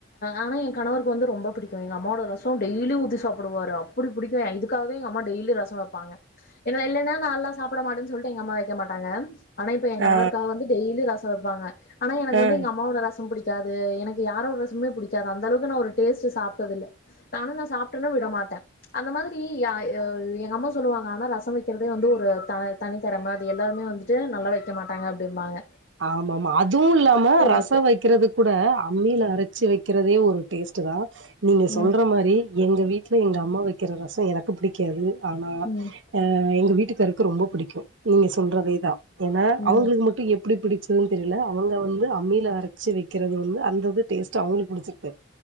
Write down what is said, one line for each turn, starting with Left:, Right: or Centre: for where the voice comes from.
Left: ஆனா என் கணவர் க்கு வந்து ரொம்ப பிடிக்கும் எங்க அம்மாவோட ரசம் டெய்லியு ஊத்தி சாப்புடுவாரு அ ப்பிடி புடிக்கும் இதுக்காகவே எங்கம்மா டெய்லியு ரசம் வெப்பாங்க என்ன இல்லன்னா நா நல்லால்லா சாப்பிட மாட்டேன்னு சொல் ட்டு எங்க அம்மா வெக்க மாட்டாங்க ஆனா இப்ப என் கணவருக்காக
Right: ஆ
Left: வந்து டெய்லியு ரசம் வெப்பாங்க ஆனா எனக்கு வந்து
Right: ஆ
Left: எங்க அம்மாவோட ரசம் புடிக்காது எனக்கு யாரோட ரசமே புடிக்காது அந்த அளவுக்கு நா ஒரு டேஸ்ட் சாப்டது இல்ல ஆனா நா சாப்ட்டன்னா விட மாட்டே அந்த மாதிரி யா யோ எங்க அம்மா சொல்லுவாங்க ஆனா ரசம் வெக்கிறதே வந்து ஒரு த தனித்திறமை அது எல்லாருமே வந்துட்டு நல்லா வைக்க மாட்டாங்க அப்படிம்பாங்க
Right: ஆமா ஆமா அதுவு இல்லாம ரசம்
Left: இருக்கு
Right: வெக்கிறது கூட அம்மியில அரைச்சு வெக்கிறதே ஒரு டேஸ்ட்டு தா நீங்க
Left: ம்
Right: சொல்ற மாறி எங்க வீட்ல எங்க அம்மா வைக்கிற ரசம் எனக்கு பிடிக்காது ஆனா
Left: ம்
Right: எ எங்க வீட்டுக்காருக்கு ரொம்ப படிக்கும் நீங்க சொல்றதேதா ஏன்னா
Left: ம் ம்
Right: அவங்களுக்கு மட்டும் எப் பிடி பிடிச்சதுன்னு தெரில அவங்க வந்து அம்மில அரைச்சி வெக்கிறது வந்து அந்த இது டேஸ்ட்டு அவங்களுக்கு புடிச்சிருக்கு